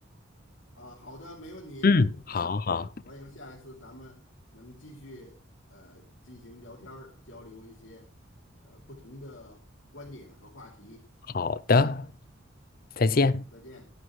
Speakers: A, on the left (about 75°); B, on the left (about 45°).
A: 啊，好的，没问题。
B: 嗯，
A: 啊，
B: 好好
A: 欢迎下一次咱们能继续呃进行聊天儿，交流一些呃不同的观点和话题。
B: 好的，再见。
A: 好，再见。